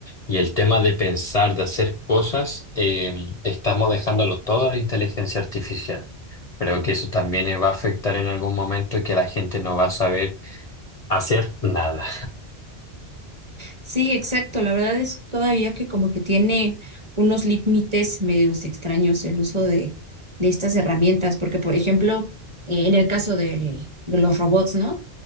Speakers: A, on the left (about 50°); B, on the right (about 30°).
A: y el tema de pensar, de hacer cosas, eh, estamos dejándolo todo a la inteligencia artificial. Creo que eso también eh, va a afectar en algún momento que la gente no va a saber hacer nada.
B: Sí, exacto. La verdad es todavía que como que tiene unos límites medios extraños el uso de, de estas herramientas, porque por ejemplo, eh, en el caso del- de los robots, ¿no?